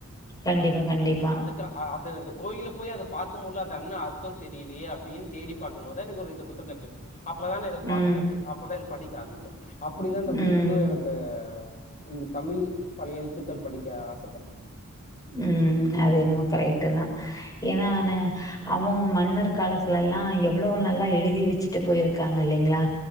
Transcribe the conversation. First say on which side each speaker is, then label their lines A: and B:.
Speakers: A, on the left; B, on the left.
A: கண்டிப்பா கண்டிப்பா
B: அதுக்கு அது அந்த கோயில்ல போய் அத பாக்கும் போது அது அன்ன அர்த்தம் தெரியலயே அப்டின் தேடி பாக்கும் போது எனக்கு ஒரு இந்த புத்தக கடச்சிது அப்பதான் நா இத பாத்துக்க
A: ம்
B: அப்பதான் இத படிக்க ஆரம்பிச்ச அப்டி தான் இந்த புக்கு
A: ம்
B: எனக்கு இந்த தமில் பலைய எழலுத்துக்கள் படிக்க ஆசப்பட்ட
A: ம் அது என்னமோ கரைட்டு தான் ஏனானே அவுங் அவங்க மன்னர் கால ல்லெல்லா எவ்ளோ நல்லா எழுதி வச்சிட்டு போயிருக்காங்க இல்லைங்களா